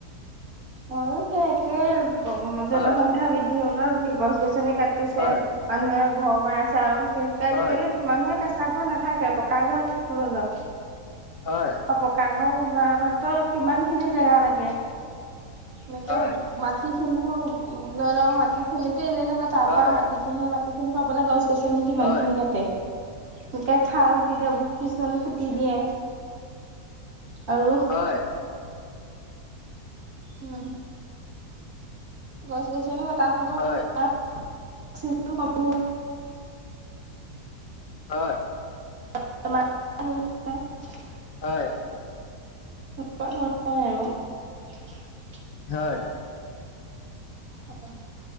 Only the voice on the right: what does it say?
অ' সেই একে গ- জনসংখ্যা
বৃদ্ধি হ'লে বুলি গছ-গছনি কা টিছে,
মানুহে ঘৰ বনাইছে আৰু বিশেষকে আজিকালি
মানুহে কেঁচা ঘৰ নাথাকে, পকা ঘৰত থাকিব লয়।
অ' পকা <unintelligible> তো কিমানখিনি জেগা লাগে। আমিতো
মাটিখিনিও লৈ লওঁ। মাটিখিনিত তেনে এনেবা তাৰ
পৰা মাটিকে সেই মাটিখিনি পাবলৈ গছ-গছনি কিমানখিনি
কাটে। এনেকে খাল দিলে মোক পিছল পুতি দিয়ে। আৰু
হম। গছ-গছনি কটাৰ ফলত
অক্সিজেন কমি
<inaudible>
<unintelligible> <inaudible>
হয়।